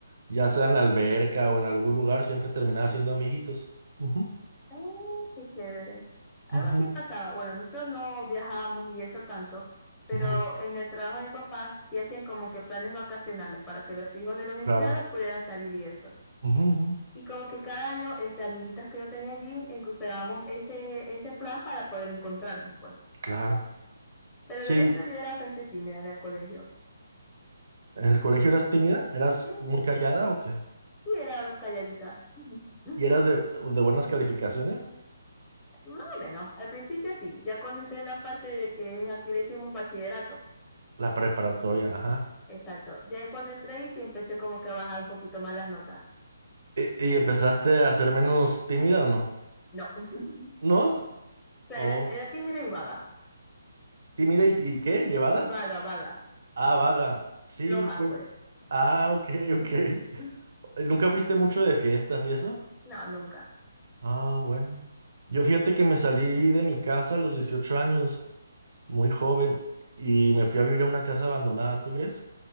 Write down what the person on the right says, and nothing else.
ya sea en la alberca o en algún lugar, siempre terminaba siendo amiguitos. Ujú,
ujú,
ujú,
claro,
ujú, ujú,
claro.
Sí,
¿en el colegio eras tímida? ¿Eras
muy callada o qué?
¿Y eras de, de buenas calificaciones?
La preparatoria, ajá.
¿Y, y empezaste a ser menos tímida o no?
¿No?
¿O
tímida y, y qué? ¿Llevada?
Ah, vaga. Sí,
pues.
Ah, ok,
ok. Eh, ¿Nunca fuiste mucho de fiestas y eso?
Ah, bueno. Yo fíjate que me salí de mi casa a los 18 años, muy joven, y me fui a vivir a una casa abandonada, ¿tú crees?